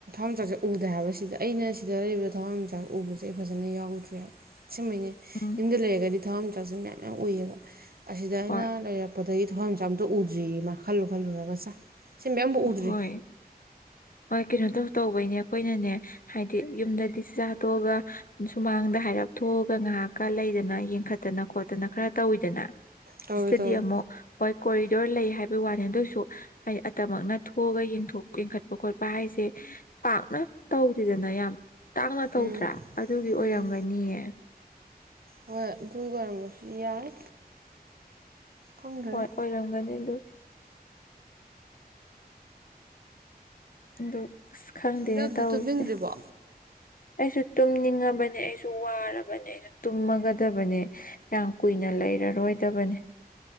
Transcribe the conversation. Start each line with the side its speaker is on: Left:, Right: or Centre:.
Right: ꯊꯋꯥꯟ ꯃꯆꯥꯛꯁꯦ ꯎꯗ ꯍꯥꯏꯕꯁꯤꯗ ꯑꯩꯅ ꯁꯤꯗ ꯂꯩꯔꯤꯕꯗ ꯊꯋꯥꯟꯃꯤꯆꯥꯛꯁꯦ ꯎꯕꯁꯦ ꯑꯩ ꯐꯖꯅ ꯌꯥꯎꯗ꯭ꯔꯦꯕ ꯁꯤꯃꯅꯦ
Left: ꯎꯝ
Right: ꯌꯨꯝꯗ ꯂꯩꯔꯒꯗꯤ ꯊꯋꯥ ꯃꯆꯥꯛꯁꯤ ꯃꯌꯥꯝ ꯌꯥꯝ ꯎꯏꯌꯦꯕ ꯑꯁꯤꯗ ꯑꯩꯅ
Left: ꯍꯣꯏ
Right: ꯂꯩꯔꯛꯄꯗꯒꯤ ꯊꯋꯥꯟ ꯃꯆꯥ ꯑꯝꯇ ꯎꯗ꯭ꯔꯤꯌꯦ ꯃꯥ ꯈꯜꯂꯨ ꯈꯜꯂꯨꯔꯒ ꯆ ꯁꯤ ꯃꯌꯥꯝꯕꯨ ꯎꯗ꯭ꯔꯤ
Left: ꯍꯣꯏ ꯍꯣꯏ ꯀꯩꯅꯣ ꯇꯧ ꯇꯧꯕꯩꯅꯦ ꯑꯩꯈꯣꯏꯅꯅꯦ ꯍꯥꯏꯗꯤ ꯌꯨꯝꯗꯗꯤ ꯆꯤꯖꯥꯛꯇꯣꯛꯑꯒ ꯁꯨꯃꯥꯡꯗ ꯍꯥꯏꯔꯛꯄ ꯀꯊꯣꯛꯑꯒ ꯉꯥꯏꯍꯥꯛꯀ ꯂꯩꯗꯅ ꯌꯦꯡꯈꯠꯇꯅ ꯈꯣꯠꯇꯅ ꯈꯔ ꯇꯧꯋꯤꯗꯅ
Right: ꯇꯧꯋꯦ
Left: ꯏꯁꯇꯗꯤ
Right: ꯇꯧꯋꯦ
Left: ꯑꯃꯨꯛ ꯍꯣꯏ ꯀꯣꯔꯤꯗꯣꯔ ꯂꯩ ꯍꯥꯏꯕꯒꯤ ꯋꯥꯅꯤ ꯑꯗꯨ ꯑꯣꯏꯁꯨ ꯍꯥꯏ ꯗꯃꯛꯅ ꯊꯣꯛꯑꯒ ꯌꯦꯡꯈꯠꯄ ꯈꯣꯠꯄ ꯍꯥꯏꯁꯦ ꯄꯥꯛꯅ ꯇꯧꯗꯗꯅ ꯌꯥꯝ ꯇꯥꯛꯅ ꯇꯧꯗ꯭ꯔꯥ
Right: ꯎꯝ
Left: ꯑꯗꯨꯒꯤ ꯑꯣꯏꯔꯝꯒꯅꯤꯌꯦ
Right: ꯎꯝ ꯍꯣꯏ ꯑꯗꯨꯒꯤ ꯑꯣꯏꯔꯝꯕꯁꯨ ꯌꯥꯏ ꯈꯪꯗ꯭ꯔꯦꯗ
Left: ꯍꯣꯏ ꯑꯣꯏꯔꯝꯒꯅꯤ ꯑꯗꯨ ꯑ ꯑꯁ ꯈꯪꯗꯦꯅꯦ
Right: ꯂꯛꯗꯤ
Left: ꯇꯧꯎꯔꯤꯁꯦ
Right: ꯇꯨꯝꯅꯤꯡꯗ꯭ꯔꯤꯕꯣ
Left: ꯑꯩꯁꯨ ꯇꯨꯝꯅꯤꯡꯉꯕꯅꯦ ꯑꯩꯁꯨ ꯋꯥꯔꯕꯅꯦ ꯑꯩꯁꯨ ꯇꯨꯝꯃꯒꯗꯕꯅꯦ ꯌꯥꯝ ꯀꯨꯏꯅ ꯂꯩꯔꯔꯣꯏꯗꯕꯅꯤ